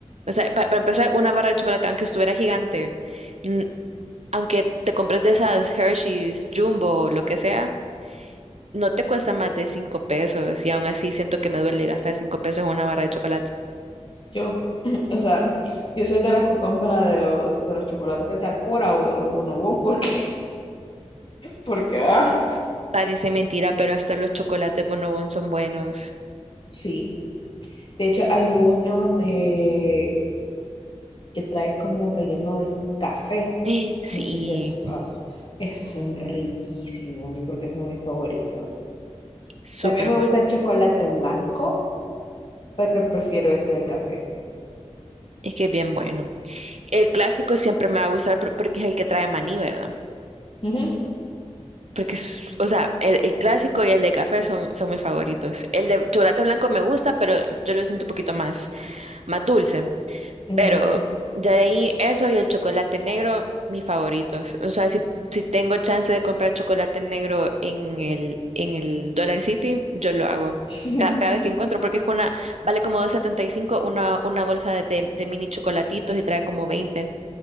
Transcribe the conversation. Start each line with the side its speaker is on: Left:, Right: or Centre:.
Right: O sea, pa- para empezar, una barra de chocolate, aunque estuviera gigante, n- aunque te compres de esas Hershey's, Jumbo, lo que sea, no te cuesta más de 5 pesos y aún así siento que me duele gastar 5 pesos en una barra de chocolate.
Left: Yo, <laughs> <clears throat> o sea, yo soy de las que compra de los, de los chocolates de Acora o de los Bonobon porque, <laughs> porque, ah,
Right: Parece mentira, pero hasta los chocolates Bonobón son buenos.
Left: sí. De hecho, hay uno de que trae como relleno de café.
Right: <gasps> Sí,
Left: No sé si lo has probado. Esos son riquísimos. Yo creo que son mis favoritos.
Right: súper
Left: También me
Right: bueno.
Left: gusta el chocolate blanco, pero prefiero ese del café.
Right: Es que es bien bueno. El clásico siempre me va a gustar por- porque es el que trae maní, ¿verdad?
Left: Ujú,
Right: Porque, es- o sea, el, el clásico y el de café son, son mis favoritos. El de chocolate blanco me gusta, pero yo lo siento un poquito más, más dulce.
Left: ujú,
Right: Pero ya de ahí eso y el chocolate negro, mis favoritos. O sea, si, si tengo chance de comprar chocolate negro en el, en el Dollar City, yo lo hago.
Left: <laughs>
Right: Ca- Cada, vez que encuentro, porque es una, vale como 2.75 una, una bolsa de, de, de mini chocolatitos y trae como 20.